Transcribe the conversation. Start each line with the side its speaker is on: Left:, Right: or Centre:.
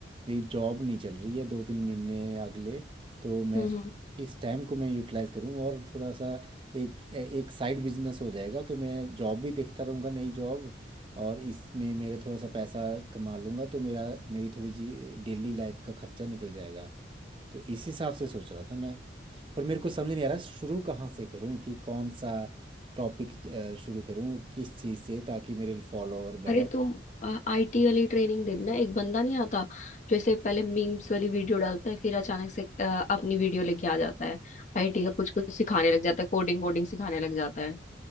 Right: मेरी जॉब नहीं चल रही है दो तीन महीने अगले तो मैं
Left: हम्म
Right: सोच
Left: हम्म।
Right: इस टाइम को मैं यूटिलाइज करूँ और थोड़ा सा एक एक साइड बिजनेस हो जाएगा तो मैं जॉब भी देखता रहूँगा नई जॉब और इसमें मेरे थोड़ा सा पैसा कमा लूँगा तो मेरा मेरी थोड़ी सी डेली लाइफ का खर्चा निकल जाएगा तो इस हिसाब से सोच रहा था मैं पर मेरे को समझ नहीं आ रहा शुरू कहाँ से करूँ कि कौन सा टॉपिक शुरू करूँ किस चीज़ से ताकि मेरे फॉलोअर बढ़े
Left: अरे तुम आईटी वाली ट्रेनिंग दे देना एक बंदा नहीं आता जैसे पहले मीम्स वाली वीडियो डालता है फिर अचानक से अ, अपनी वीडियो लेके आ जाता है आईटी का कुछ कुछ सिखाने लग जाता है कोडिंग वोडिंग सिखाने लग जाता है